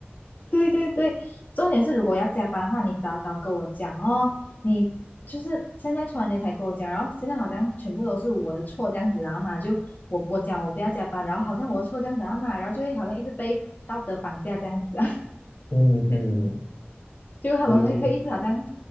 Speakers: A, on the left; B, on the left.
A: 对对对，重点是如果要加班的话，你早早跟我讲哦。你就是现在突然间才跟我讲，然后现在好像全部都是我的错这样子然后嘛，就我我讲我不要加班，然后好像我的错这样子啊嘛，然后就会好像一直被道德绑架这样子啊。
B: 嗯嗯，
A: 就他们会会一直好像
B: 对对。